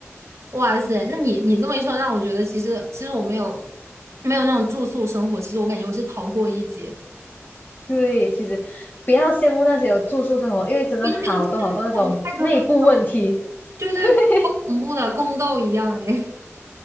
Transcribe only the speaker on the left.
对，其实不要羡慕那些有住宿生活，因为真的好多好多那种内部问题。
<laughs>